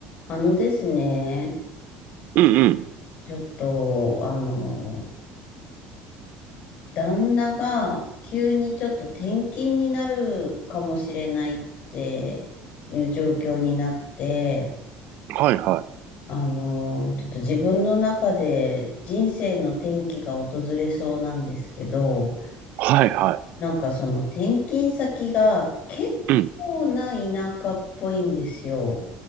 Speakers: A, on the left; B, on the right.
A: あのですね、
B: うんうん。
A: ちょっと、あの、旦那が急にちょっと転勤になるかもしれないっていう状況になって、
B: はいはい。
A: あの、ちょっと自分の中で人生の転機が訪れそうなんですけど、
B: はいは
A: なんかその転勤先が結構な田舎っぽいんですよ。
B: い。うん。